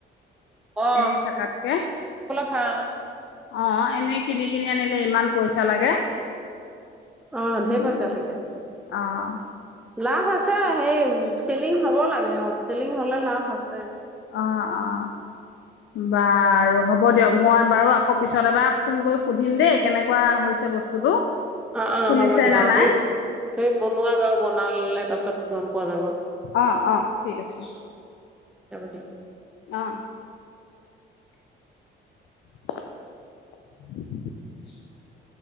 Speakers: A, in the centre; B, on the left.
A: অ
B: এনেই থাকাতকে
A: বল হা
B: অ এনেই কিনি কিনি আনিলে ইমান পইচা লাগে
A: অ ঢেৰ
B: উম,
A: পইচা লাগে
B: অ',
A: লাভ আছে সেই চেলিং হব লাগে আৰু চেলিং হ'লে লাভ আছে
B: অ', অ'। বাৰু হ'ব দিয়ক মই বাৰু আকৌ পিছত এবাৰ ফোন কৰি সুধিম দেই কেনেকুৱা হৈছে বস্তুটো
A: অ অ
B: ফুলিছে
A: হ'ব দিয়া
B: নে
A: আমি
B: নাই
A: তু বনোৱা বাৰু বনালে তাৰপিছত গম পোৱা যাব
B: অ অ ঠিক আছে
A: এব দিয়
B: অ <unintelligible>